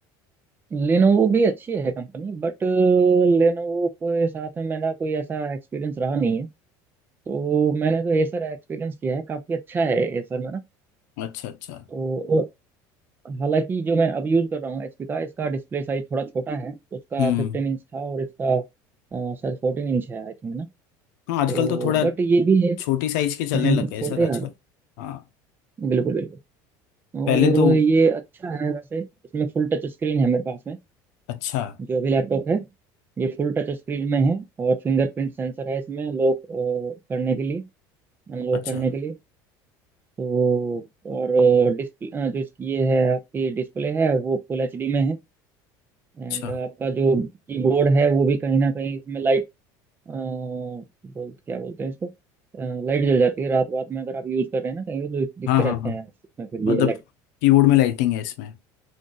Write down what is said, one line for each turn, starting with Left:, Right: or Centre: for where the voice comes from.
Right: लेनोवो भी अच्छी है कंपनी बट लेनोवो के साथ में मेरा कोई ऐसा एक्सपीरियंस रहा नहीं है तो मैंने तो एसर एक्सपीरियंस किया है काफ़ी अच्छा है एसर में ना
Left: अच्छा अच्छा
Right: तो और हालांकि जो मैं अब यूज़ कर रहा हूँ एचपी का इसका डिस्प्ले साइज थोड़ा छोटा है उसका
Left: हम्म
Right: फिफ्टीन इंच था और इसका अ, शायद फोर्टीन इंच है आई थिंक ना
Left: हाँ आजकल
Right: तो
Left: तो थोड़ा
Right: बट ये भी है
Left: छोटी साइज के
Right: हम्म
Left: चलने लग गए
Right: छोटे
Left: सर आजकल
Right: यार
Left: हाँ
Right: बिल्कुल बिल्कुल और
Left: पहले तो
Right: ये अच्छा है वैसे इसमें फुल टच स्क्रीन है मेरे पास में
Left: अच्छा
Right: जो भी लैपटॉप है ये फुल टच स्क्रीन में है और फिंगरप्रिंट सेंसर है इसमें लॉक करने के लिए अनलॉक
Left: अच्छा
Right: करने के लिए तो और डिस्प्ले जो इसकी ये है आपकी डिस्प्ले है वो फुल एचडी में है एंड
Left: अच्छा
Right: आपका जो कीबोर्ड है वो भी कहीं ना कहीं इसमें लाइट बोल क्या बोलते हैं इसको लाइट जल जाती है रात रात में अगर आप यूज कर रहे हैं ना कहीं तो दिखते
Left: हाँ
Right: रहते
Left: हाँ हाँ
Right: हैं इसमें फिर
Left: मतलब
Right: ये
Left: कीबोर्ड में लाइटिंग है इसमें